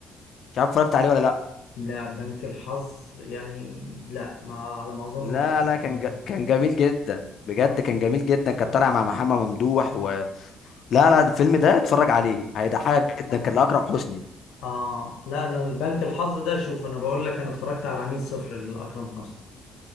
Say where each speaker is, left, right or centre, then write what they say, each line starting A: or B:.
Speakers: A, on the left; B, on the left.
A: مش عارف اتفرجت عليه ولا لا
B: لا بنك الحظ يعني لا ما على ما أظن
A: لا
B: ما اتفرجتش
A: لا كان
B: عليه
A: ج... كان جميل جدا بجد
B: آه،
A: كان جميل جدا كان طالع مع محمد ممدوح و... لا لا الفيلم ده اتفرج عليه هيضحكك جدا
B: لا
A: كان لأكرم حسني
B: آه لا أنا البنك الحظ ده شوف أنا بقول لك أنا اتفرجت على عميل صفر لأكرم حسني